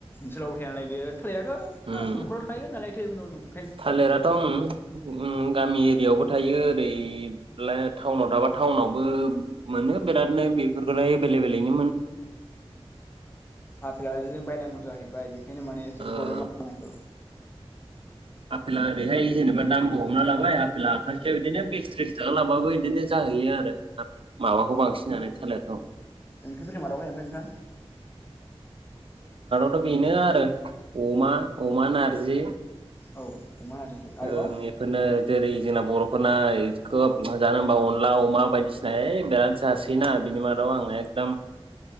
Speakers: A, on the left (about 20°); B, on the right (about 60°).
A: सोलावबो थाया नालाय बेयो थालेराथ
B: उम
A: नखरावथ थाखायो नालाय <unintelligible>
B: थालिराथ उम उम गामि एरियायावबो थायो ओरै <unintelligible> थाउनाव थाबा थाउनावबो मोनो बेरादनो बेफोरखोलाय एबेलेबेलैनो।
A: आफेेलाबो बिदिनो बायनांगौ जाहैबाय बेखायनो माने एसे
B: ओ
A: प्रब्लेम मावनायखौ।
B: आफेला ओरैहाय जेनेबा दाम हमना लाबाय आफेला आखासेयाव बिदिनो बिस थ्रिसथाखा लाबाबो बिदिनो जाहैयो आरो। माबाखौ बांसिन जानो थालिरखौ
A: ओंख्रिफोरनि मादावहाय ओमफ्राय नोंथां?
B: थ बेनो आरो अमा अमा नारजि
A: औ अमा नारजि आरोबाव
B: ओं एफोरनो जेरै जोंना बर नाय खोब जानो होमबा अनला अमा बायदिसिना ओइ बिराद जासोयोना बिनि मादाव आङो एकदम